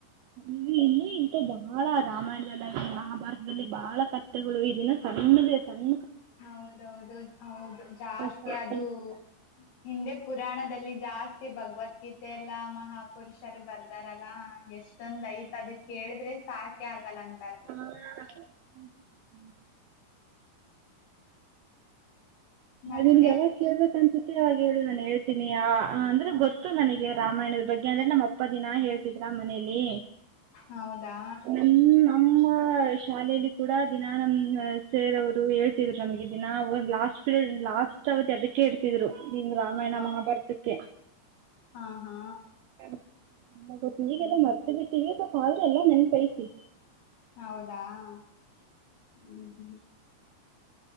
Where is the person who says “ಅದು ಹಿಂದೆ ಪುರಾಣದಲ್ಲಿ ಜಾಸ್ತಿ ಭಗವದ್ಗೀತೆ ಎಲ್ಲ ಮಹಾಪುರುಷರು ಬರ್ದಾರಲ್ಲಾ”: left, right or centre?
Left